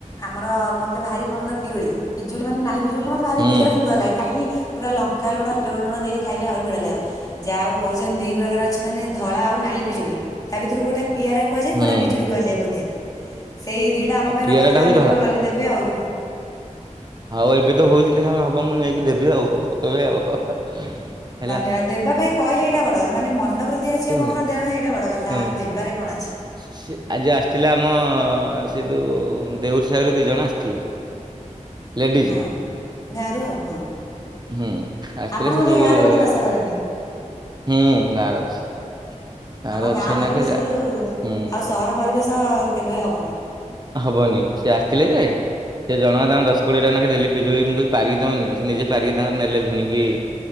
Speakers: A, on the left; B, on the right.
A: ଆମର ମତେ ଭାରି ପସନ୍ଦ ପିଜୁଳି ପିଜୁଳି ମାନେ ନାଲି ପିଜୁଳି ମତେ ଭାରି
B: ହୁଁ
A: ଦେଖିବାକୁ ସୁନ୍ଦର ଲାଗେ। କାହିଁକି ପୁରା ଲଙ୍କା ଲୁଣ ଅଟ ଲୁଣ ଦେଇ ଖାଇଲେ ଆହୁରି ବଢିଆ ଲାଗିବ। ଯାହାହଉ କହୁଛନ୍ତି। ପ୍ରକାର ଅଛି ମାନେ ଧଳା ଆଉ ନାଲି ପିଜୁଳି ତା ଭିତରୁ ଗୋଟେ ପିଆରା କୁହାଯଏ।
B: ହୁଁ
A: ଗୋଟା ପିଜୁଳି କୁଆଯାଏ ବୋଧେ? ସେଇ ଦିଟା ଆମ
B: ଆଉ
A: ପାଇଁ
B: ପିଆରା
A: ରଖିଥିବେ
B: ଟା ହଉଛି
A: ଆମେ କେବେ ଗଲେ ଦେବେ ଆଉ।
B: ଆଉ ଏବେ ତ ହଉଛି ଦେଖ ହବା ମୁଁ ନେଇକି ଦେବି ଆଉ ଏବେ ଆଉ। ହେଲା।
A: ଧନ୍ୟବାଦ ଦେବା ପାଇଁ କହିଲେ ଏଇଟା ବଡ କଥା ମାନେ ମନବୃତ୍ତି ଅଛି
B: ହୁଁ
A: ଆପଣଙ୍କର ଦେବା ପାଇଁ। ଏଇଟା ବଡ କଥା
B: ହୁଁ
A: ଆଉ ଦେବାରେ କଣ ଅଛି।
B: ସେ ଆଜି ଆସିଥିଲେ ଆମ ସେ ଯୋଉ ଦେଉରୀ ସାହିରୁ ଦି ଜଣ ଆସିଥିଲେ। ଲେଡିଜ।
A: ହଁ ଗାଁରୁ ଆଉ ହଁ।
B: ହୁଁ ଆସିଥିଲେ
A: ଆପଣ
B: ସେ
A: ବୋଧେ
B: ସବୁ
A: ଗାଁରେ ବୋଧେ ବାସ କରନ୍ତି।
B: <inaudible> ହୁଁ ଗାଁରେ ଅଛି। ଗାଁରେ
A: ଆମ
B: ଅଛି
A: ଗାଁ
B: ଏଇନା
A: ପରିବେଶରୁୁ
B: କେ ଯା
A: ଆଉ
B: ହୁଁ
A: ସହର ପରିବେଶ କେବେ ହବନି।
B: ହବନି ସିଏ ଆସିଥିଲେ ଯେ ସେ ଜଣଙ୍କ ତାଙ୍କର ଦଶ କୋଡି ଟଙ୍କାେ ଦେଲି ପିଜୁଳି ପାରିକି ତମେ ନିଅ। ସେ ନିଜେ ପାରିକି ତାଙ୍କର ନେଲେ ଝୁଣିକି।